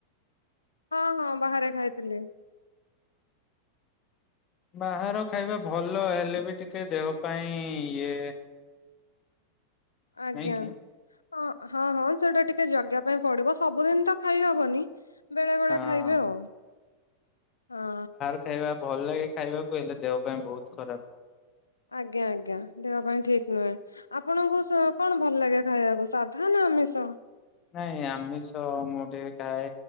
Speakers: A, on the left (about 80°); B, on the left (about 30°).
A: ହଁ ହଁ ବାହାରେ ଖାଇଥିଲି।
B: ବାହାର ଖାଇବା ଭଲ ହେଲେ ବି ଟିକେ ଦେହ ପାଇଁ ଇଏ।
A: ଆଜ୍ଞା,
B: ନାଇଁ କି?
A: ହଁ ହଁ ହଁ ସେଟା ଟିକେ ଜଗିବା ପାଇଁ ପଡିବ, ସବୁଦିନ ତ ଖାଇ ହବନି। ବେଳେ ବେଳେ
B: ହଁ।
A: ଖାଇବି ଆଉ, ହଁ।
B: ସେଇବା ଖାଇବା ଭଲ ଲାଗେ ଖାଇବାକୁ ହେଲେ ଦେହ ପାଇଁ ବହୁତ ଖରାପ।
A: ଆଜ୍ଞା ଆଜ୍ଞା ଦେହ ପାଇଁ ଠିକ ନୁହେଁ। ଆପଣଙ୍କୁ ସ କଣ ଭଲ ଲାଗେ ଖାଇବାକୁ ସାଧା ନା ଆମିଷ?
B: ନାଇଁ ଆମିଷ ମୁଁ ଟିକେ ଖାଏ।